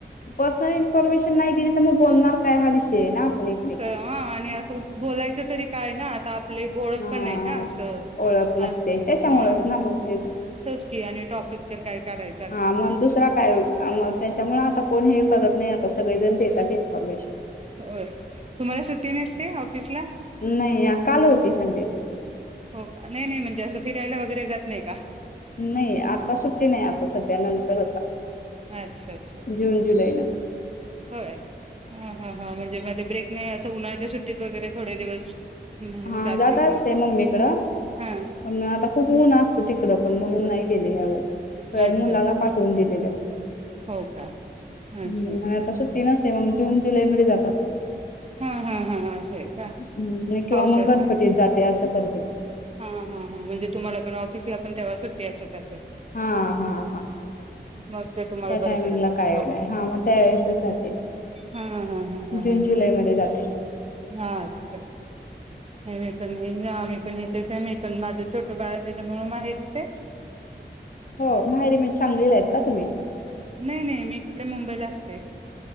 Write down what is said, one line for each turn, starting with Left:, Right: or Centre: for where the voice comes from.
Left: पर्सनल इन्फॉर्मेशन नाही दिली तर, मग बोलणार काय? हा विषय आहे ना. एकमेक
Right: त हा आणि असं बोलायचं तरी काय ना आता पली ओळख
Left: हा
Right: पण नाही ना असं
Left: ओळख
Right: हा
Left: नसते त्याच्यामुळेच
Right: ह
Left: ना मग तेच
Right: तेच की आणि टॉपिक तर काय काढाय
Left: हा मग दुसरा काय मग अन त्यांच्यामुळ अता आपण हे करत नाही नाही आता सगळे जण देतात इनफॉर्मेशन
Right: होय तुम्हाला सुट्टी नसते ऑफिसला?
Left: नाही काल होती संडेला
Right: हो का नाही नाही म्हणजे असं फिरायला वगैरे जात नाही का?
Left: नाही आता सुट्टी नाही आता सध्या नंतर आता
Right: अच्छा अच्छा
Left: जून जुलै नंतर
Right: होय हा हा हा म्हणजे मध्ये ब्रेक नाही असं उन्हाळ्याच्या सुट ट्टीत वगैरे थोडे दिवस.... हम्म
Left: हा जात
Right: नाही
Left: असते
Right: का मग
Left: मम्मीकडं
Right: हा
Left: पण आता खूप ऊन असत तिकड पण म्हणून नाही गेले ह्यावेळेस
Right: अच्छा
Left: मुलाला पाठवून दिलेलं
Right: हो का अच्छा
Left: हम्म आता सुट्टी
Right: अच्छा.
Left: नसते मग जून.... जुलैमध्ये जात असतील
Right: हा हा हा हा असय का
Left: नाही किंवा
Right: पावसाचं
Left: मंग गणपतीत जाते असं करते.
Right: हा हा हां म्हणजे तुम्हाला पण ऑफिसला पण तेव्हा सुट्टी असेल असेल
Left: हा हा हा
Right: मग ते तुम्हाला
Left: त्या
Right: बर
Left: टायमिंगला
Right: पडत असेल
Left: काय एवढं आहे हा मग त्यावेेळेसच जाते
Right: हा हा हा हा.
Left: जून
Right: हा
Left: जुलैमध्ये जाते
Right: हा, अच्छा अच्छा आम्ही पल तेचय मी पण माझ छोटं बाळ त्याच्यामुळे माहेरीचय
Left: हो माहेरी म्हणजे सांगलीला आहेत का तुम्ही?
Right: नाही नाही मी इकड मुंबईला असते